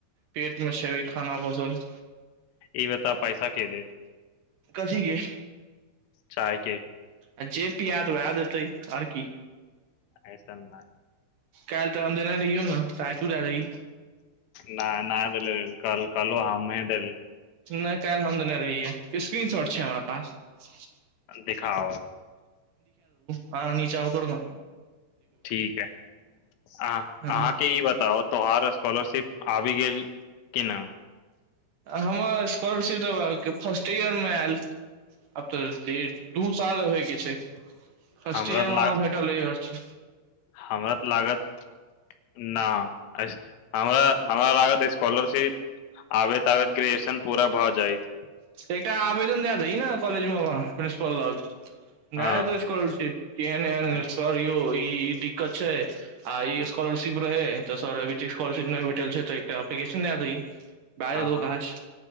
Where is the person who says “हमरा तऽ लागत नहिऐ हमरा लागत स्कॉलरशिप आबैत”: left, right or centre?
Left